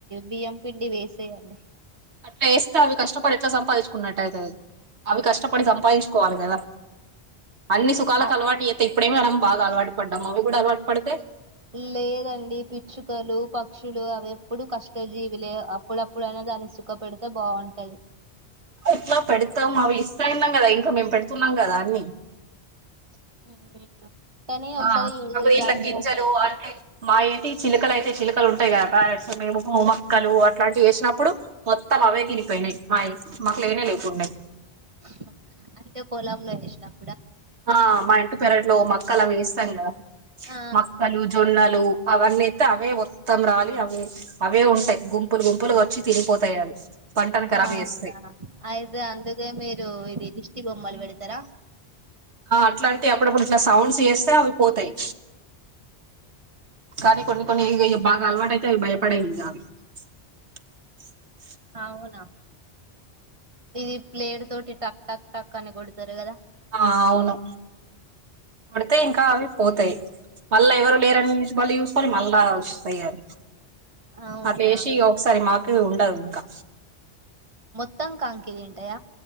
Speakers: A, on the right; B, on the right.
A: బియ్యం పిండి వేసేయండి.
B: అట్లా ఏస్తే అవి కష్టపడి ఎట్లా సంపాదించుకున్నట్ అయితది. అవి కష్టపడి సంపాదించుకోవాలి గాద. అన్ని సుఖాలకలవాటు
A: ఆ,
B: చేతే. ఇప్పుడే మనం బాగా అలవాటు పడ్డాం. అవి కూడా అలవాటు పడుతే
A: లేదండి పిచ్చుకలు, పక్షులు అవి ఎప్పుడుూ కష్టజీవిలే, అప్పుడప్పుడైనా. దాని సుఖపెడితే బాగుంటది.
B: ఎట్లా పెడతాము అవి ఇస్తయిన్నాం కదా. ఇంకా మేము పెడుతున్నాం గాదా. అన్ని
A: <unintelligible> ఒకసారి
B: ఆ అవే
A: ఈ-
B: ఇట్లా
A: దాని
B: గింజలు అంటే. మా ఏంటి చిలకలు అయితే ఇష్ చిలకలు ఉంటాయి గా. ప్యారెట్స్, మేము మొక్కలు అట్లాంటివి వేసినప్పుడు మొత్తం. అవే తినిపోయినాయ్. మాయ్ మాకు లేనే లేకుడ్న్నాయి.
A: హా అంటే పొలంలో ఏసినాం
B: ఆ మా ఇంటి పెరట్లో మక్కలు అవి ఏస్తాం గదా.
A: ఆ
B: మొక్కలు, జొన్నలు, అవన్నీ యేతే అవే మొత్తం. రాలి అవే అవే ఉంటాయి. గుంపులు గుంపులు వచ్చి తినిపోతాయి అవి. పంటను ఖరాబ్
A: ఆ
B: చేస్తాయి
A: అవునా అయితే అందుకే మీరు ఇది దిష్టి బొమ్మలు పెడతారా.
B: ఆ అట్లా అంటే. అప్పుడప్పుడు ఇట్లా సౌండ్స్ చేస్తే అవి పోతాయ్. కానీ కొన్ని కొన్ని ఇగ బాగా అలవాటుయితే అవి భయపడయిగా. అవి చే ఉమ్
A: అవునా. ఇది ప్లేట్ తోటి టక్ టక్ టక్ అని కొడతారు కదా.
B: ఆ అవును కొడితే ఇంకా అవి పోతాయ్. మళ్ళా ఎవరు లేరని మళ్ళీ చూసుకొని మళ్ళా అయ్యాలి
A: అవునా
B: అ చేసి ఒకసారి మాకువి ఉండదు ఇంకా
A: మొత్తాం కంకిదింటాయ